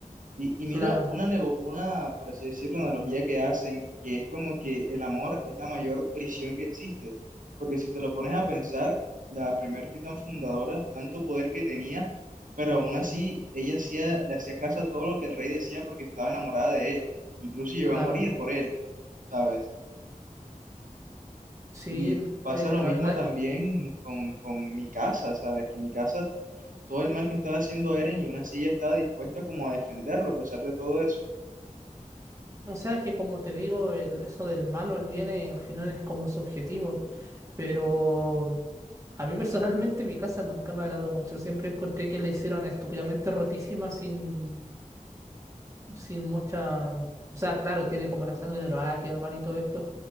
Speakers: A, on the right; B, on the right.
A: y, y mira,
B: Claro,
A: una, nego- una, por así decirlo, analogía que hacen, que es como que el amor es la mayor prisión que existe, porque si te lo pones a pensar, la primer titán fundadora, tanto poder que tenía, pero aún así ella hacía, le hacía caso a todo lo que el rey decía porque estaba enamorada de él, incluso llegó
B: claro,
A: a morir por él, ¿sabes?
B: sí,
A: Y pasa
B: eh,
A: lo
B: la
A: mismo
B: verdad
A: también
B: es que,
A: con, con mi casa, ¿sabes? Que mi casa, todo el mal que estaba haciendo Eren y aún así ella estaba dispuesta como a defenderlo a pesar de todo eso.
B: o sea, es que como te digo, el- eso del malo, el bien, eh, al final es como subjetivo. Pero a mí personalmente mi casa nunca me agradó mucho. Siempre encontré que la hicieron estúpidamente rotísima sin, sin mucha... O sea, claro, tiene como la sangre de los Ackerman y todo esto,